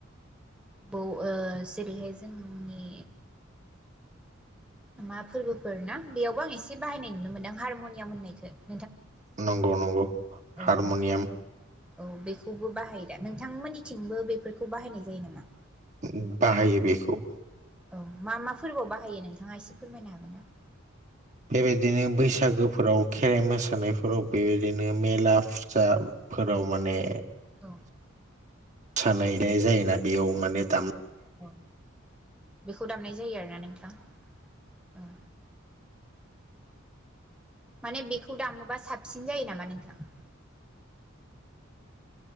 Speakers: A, in the centre; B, on the right (about 35°).
A: बौ ओ जेरैहाय जोंनि मा फोरबोफोर ना बेयावबो आं एसे बाहायनाय नुनो मोनदों हारम'नियाम होननायखो
B: नंगौ नंगौ हारमनियाम।
A: औ औ बेखौबो बाहायो दा नोंथांमोननिथिंबो बेफोरखौ बाहायनाय जायो नामा?
B: उम बाहायो बेखौ
A: औ मा मा फोरबोआव बाहायो नोंथाङा एसे फोरमायनो हागोन ना?
B: बेबायदिनो बैसागोफोराव खेराइ मोसानायफोराव बेबायदिनो मेला फुजाफोराव माने
A: औ
B: सानायनाय जायोना बेयाव माने दाम
A: औ बेखौ दामनाय जायो आरोना नोंथां ओ माने बेखौ दामोबा साबसिन जायो नामा नोंथां?